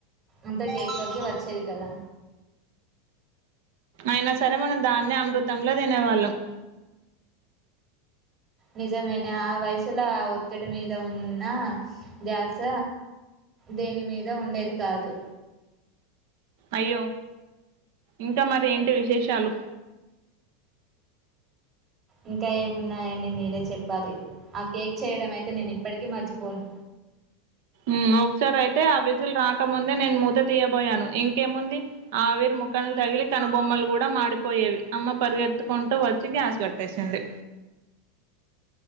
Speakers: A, on the right; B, on the right.
A: అంత టేక్ లోకి వచ్చేది కదా
B: అయినా సరే మనం దాన్నె అమృతంలా తినేవాళ్ళం
A: నిజమైన ఆ వయసులా ఆ ఒత్తిడి మీద ఉన్న ధ్యాస దేని మీద ఉండేది కాదు
B: అయ్యో ఇంకా మరి ఏంటి విశేషాలు
A: ఇంకా ఏమున్నాయండి మీరే చెప్పాలి ఆ కేక్ చేయడం అయితే నేనిప్పటికి మర్చిపోను
B: ఉమ్ ఒకసారి అయితే ఆ విజుల్ రాకముందే నేను మూత తీయబోయాను ఇం కేముంది ఆవిరి ముఖానికి తగిలి కనుబొమ్మలు కూడా మా డిపోయేవి అమ్మ పరిగెత్తుకుంటూ వచ్చి గ్యాస్ గట్టేసింది